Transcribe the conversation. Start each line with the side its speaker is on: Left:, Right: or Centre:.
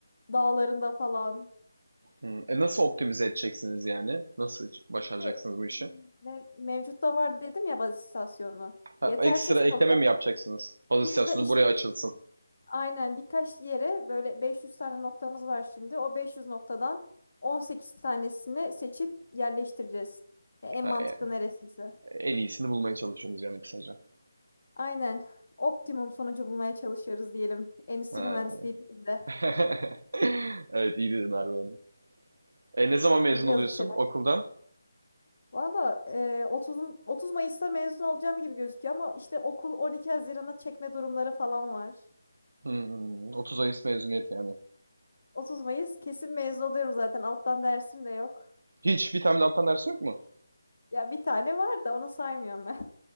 Left: Dağlarında falan.
Right: hmm. E nasıl optimize edeceksiniz yani? Nasıl başaracaksınız
Left: İşte
Right: bu işi?
Left: me- mevcut var dedim ya baz istasyonu.
Right: Ha,
Left: Yetersiz
Right: ekstra ekleme
Left: kalıyor.
Right: mi yapacaksınız? Pozisyonu
Left: Biz de işte
Right: buraya açılsın.
Left: aynen birkaç yere böyle 500 tane noktamız var şimdi. O 500 noktadan 18 tanesini seçip yerleştireceğiz. Ya en
Right: Ha,
Left: mantıklı
Right: e-
Left: neresiyse.
Right: en iyisini bulmaya çalışıyorsunuz yani kısaca.
Left: Aynen. Optimum sonucu bulmaya çalışıyoruz diyelim. Endüstri
Right: Ha.
Left: mühendisliği değil de.
Right: <laughs> Evet iyi dedin abi onu. E ne zaman mezun
Left: Biliyoruz
Right: oluyorsun
Left: bir şeyler.
Right: okuldan?
Left: Valla e, 30, 30 Mayıs'ta mezun olacağım gibi gözüküyor ama işte okul 12 Haziran'a çekme durumları falan var.
Right: Hmm, 30 Mayıs mezuniyet yani.
Left: 30 Mayıs kesin mezun oluyorum zaten. Alttan dersim de yok.
Right: Hiç bir tane de alttan ders yok mu?
Left: Ya bir tane var da onu saymıyorum ben.